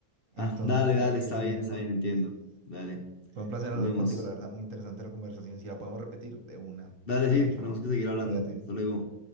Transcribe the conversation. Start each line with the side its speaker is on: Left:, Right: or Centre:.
Right: entonces
Left: Ah, dale,
Right: me
Left: dale,
Right: tengo que
Left: está
Right: ir, hombre.
Left: bien, está bien, entiendo.
Right: Pues sí.
Left: Dale,
Right: Fue un placer
Left: nos
Right: hablar
Left: vemos.
Right: contigo, la verdad, muy interesante la conversación. Si la podemos repetir, de una.
Left: Dale,
Right: Chao,
Left: sí,
Right: chao.
Left: tenemos que seguir hablando.
Right: Cuídate.
Left: Hasta luego.